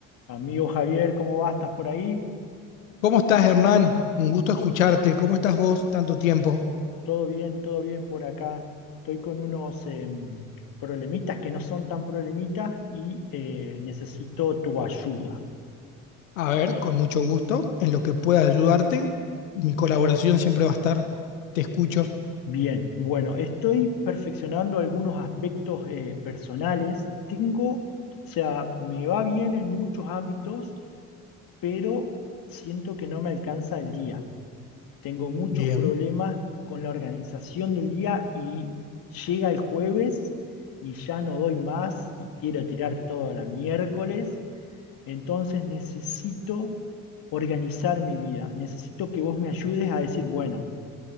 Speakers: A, on the left; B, on the left.
A: Amigo Javier, ¿cómo vas? ¿Estás por ahí?
B: ¿Cómo estás, Hernán? Un gusto escucharte. ¿Cómo estás vos? Tanto tiempo.
A: Todo bien, todo bien por acá. Estoy con unos em, problemitas que no son tan problemitas y eh, necesito tu ayuda.
B: A ver, con mucho gusto. En lo que pueda ayudarte, mi colaboración siempre va a estar. Te escucho.
A: Bien, bueno, estoy perfeccionando algunos aspectos eh, personales. Tengo, o sea, me va bien en muchos ámbitos, pero siento que no me alcanza el día. Tengo muchos
B: Bien.
A: problemas con la organización del día y llega el jueves y ya no doy más y quiero tirar todo a la miércoles. Entonces necesito organizar mi vida. Necesito que vos me ayudes a decir, bueno,